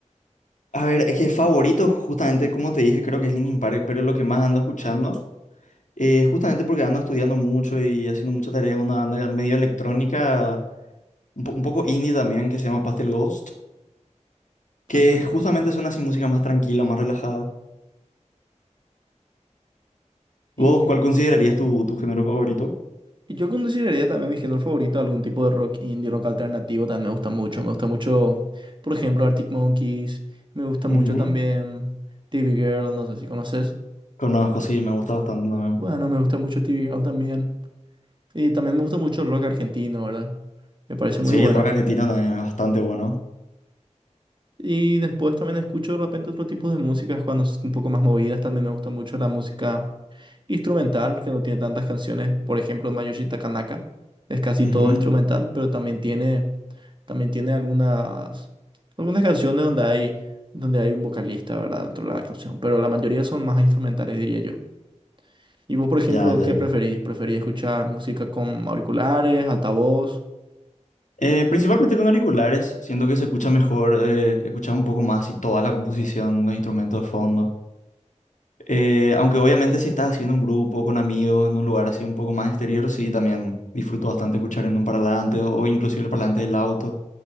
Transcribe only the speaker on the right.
Pastel
Ghost.
Y,
y yo consideraría también mi género favorito algún tipo de rock indie, rock alternativo, también me gusta mucho. Me gusta mucho, por ejemplo, Arctic Monkeys. Me gusta
mucho también TV Girl, no sé si conoces.
Bueno, me gusta mucho TV Girl también. Y también me gusta mucho el rock argentino, ¿verdad? Me parece muy
bueno.
Y después también escucho de repente otro tipo de músicas cuando es un poco más movidas. También me gusta mucho la música instrumental, que no tiene tantas canciones. Por ejemplo, Mayoshi Takanaka. Es casi
todo instrumental, pero también tiene, también tiene algunas, algunas canciones donde hay, donde hay un vocalista, ¿verdad? Dentro de la canción. Pero la mayoría son más instrumentales, diría yo. ¿Y vos, por ejemplo,
qué
preferís? ¿Preferís escuchar música con auriculares, altavoz?